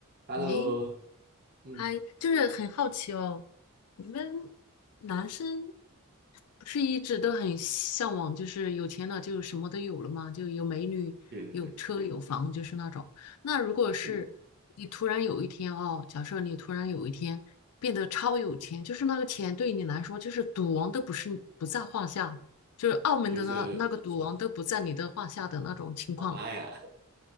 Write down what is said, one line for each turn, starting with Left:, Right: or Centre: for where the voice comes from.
Right: Hello，
Left: 诶，
Right: 嗯，
Left: 嗨，就是很好奇哦，你们男生不是一直都很向往，就是有钱了就什么都有了嘛，就有美女、
Right: 对对对，
Left: 有车、有房，就是那种。那如果是你突然有一天哦，
Right: 嗯，
Left: 假设你突然有一天变得超有钱，就是那个钱对你来说就是赌王都不是不在话下，就是澳门的那那个赌王都不在你的话下的那种情况，
Right: 就是我妈呀